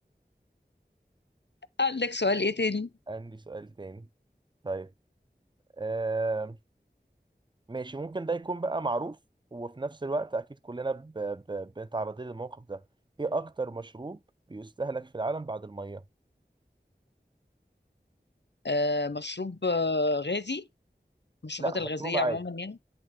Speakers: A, on the left; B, on the right.
A: <laughs> عندك سؤال ايه تاني
B: عندي سؤال تاني طيب آه... ماشي ممكن ده يكون بقى معروف وفي نفس الوقت اكيد كلنا ب... ب... بنتعرضين للموقف ده ايه اكتر مشروب بيستهلك في العالم بعد الميه
A: آه مشروب آه غازي المشروبات
B: لا
A: الغازية
B: مشروب عادي
A: عموما يعني